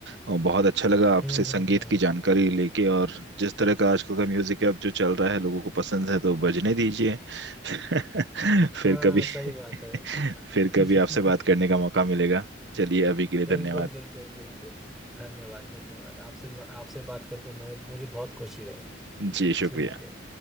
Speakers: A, on the right (about 70°); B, in the centre.
A: और बहुत अच्छा लगा आपसे
B: हम्म हम्म
A: संगीत
B: हम्म
A: की जानकारी लेके और जिस तरह का आजकल का म्यूजिक अब जो चल रहा है लोगों को पसंद है तो बजने दीजिए <laughs> फिर
B: हाँ
A: कभी
B: सही
A: <laughs>
B: बात है
A: फिर कभी
B: <laughs>
A: आपसे बात करने का मौका मिलेगा चलिए अभी के लिए
B: बिल्कुल
A: धन्यवाद
B: बिल्कुल बिल्कुल धन्यवाद धन्यवाद आपसे आपसे बात करके मैं मुझे बहुत खुशी हुई
A: जी शुक्रिया
B: ठीक है